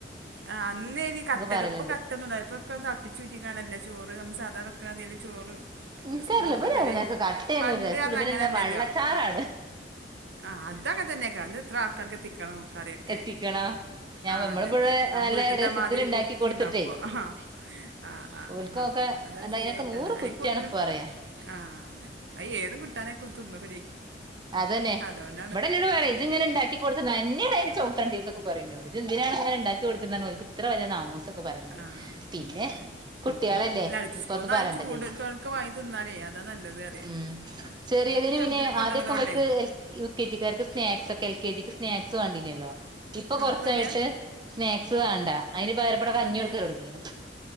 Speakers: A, on the right; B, on the right.
A: ആഹ് അന്നേ ഇനി കട്ടയൊക്കെ
B: പറയലുണ്ട്
A: ഇപ്പൊ കട്ടയൊന്നുംയില്ല തെളപ്പിച്ച് ഉറ്റിയേക്കുവാണല്ലോ ചോറ് നമ്മള് സാധാരണ- ഇക്ക <unintelligible> അതിൽ ചോറ്
B: ഏക്കറിയില്ല
A: സ്കൂളിന്നൊക്കെ
B: <unintelligible>
A: കിട്ടല്
B: കട്ടയണ
A: പണ്ട്
B: ഒരു രസ
A: പറഞ്ഞ
B: പിന്നെ
A: അങ്ങനല്ലല്ലോ
B: എന്താ വെള്ളച്ചാറാണ്
A: ആഹ് അതാ അങ്ങനെ തന്നെ അത് എത്രക്കാർക്കെ എത്തിക്കണം കറിയൊക്കെ
B: എത്തിക്കണ ഞാൻ
A: ആഹ്
B: നമ്മളിവിടെ
A: അതന്നെ- നമ്മ
B: നല്ല
A: വീട്ടിലത്തെ
B: രസത്തില്
A: മാതിരി
B: ഇണ്ടാക്കി
A: കുറക്കി
B: കൊടുത്തിട്ടേ
A: ഉണ്ടാക്കുവ ആ ഹ് ആഹ് ആഹ്
B: ഓൽക്കൊക്കെ
A: ആഹ് അത
B: എന്താ
A: ശീരിയിട്ടാണ്
B: അയിനൊക്കെ നൂറ്
A: അതി
B: കുറ്റാണ്
A: കൊ
B: ഇപ്പ പറയാ
A: ആ അതെ അ ഏതും കിട്ടാനെ കൊത്ത <unintelligible>
B: അതന്നെ
A: അത് കൊണ്ട്-
B: ഇവിടെ എന്നോട് പറയും ഇത് ഇങ്ങനെ ഇണ്ടാക്കി കൊടുത്താൽ <unintelligible> കൊടുത്ത്ന്നെട ചോട്ടണ്ടി <unintelligible> തൊക്കെ പറയും ഇത്‌ എന്തിനാണ് ഉണ്ടാക്കി കൊടുത്തിണ്ടക്ക് ഇത്ര വലിയ നാമൂസൊക്കെ പറഞ്ഞത്
A: ആഹ്
B: പിന്നെ-
A: അതന്നെ
B: കുട്ടികളല്ലേ
A: അല്ല അടുത്ത
B: ഇനിപ്പോ
A: സ്കൂൾന്ന്
B: അത്
A: ആ
B: പറണ്ടല്ലേന്ന്
A: ചൂട് തൊണക്ക് വാങ്ങി തിന്നാലേ അതാ നല്ലത് അറിയ
B: വിചാരിച് ചെറിയ-
A: ഇവിടെപ്പ
B: അതിന്
A: ചെറുതിനെ
B: പിന്നെ
A: കൊണ്ടോണത്
B: ആദ്യൊക്കെ
A: കൊണ്ടേ
B: ഇവൾക്ക് എൽ യു കെ ജിക്കാർക്ക് സ്നാക്സ് ഒക്കെ എൽ കെ ജിക്ക് സ്നാക്സ് വേണ്ടീനല്ലോ- ഇപ്പൊ
A: ആ
B: കൊറച്ചായിട്ട്
A: ഇപ്പല്ല
B: സ്നാക്സ് വേണ്ടാ അതിന്റെ പകരയിപ്പോ ഇവിടെ കഞ്ഞി
A: അത്
B: കൊടുക്ക തുടങ്ങീയാണ്